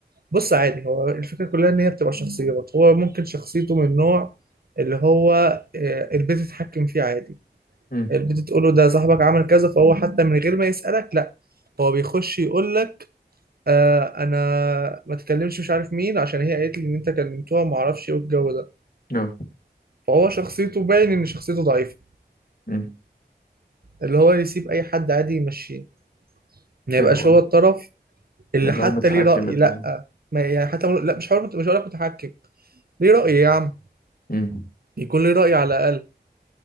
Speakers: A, on the right; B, on the left.
A: بص عادي هو الفكره كلها ان هي بتبقى شخصيات هو ممكن شخصيته من نوع اللي هو آه، البنت تتحكم فيه عادي
B: مم.
A: البنت تقول له ده صاحبك عمل كذا فهو حتى من غير ما يسالك لا هو بيخش يقول لك آه انا ما تكلمش مش عارف مين عشان هي قالت لي ان انت كلمتوها ما اعرفش ايه الجو ده
B: اه
A: فهو شخصيته باين ان شخصيته ضعيفه
B: مم.
A: اللي هو يسيب اي حد عادي يمشيه ما
B: حلو
A: يبقاش
B: أوي.
A: هو الطرف اللي
B: اللي
A: حتى
B: هو متحكم
A: ليه رأي
B: اللي
A: لا
B: هو
A: ما يعني حتى لو- لا مش هقول مش هقول لك متحكم ليه رأي يا عم
B: مم.
A: يكون ليه رأي على الأقل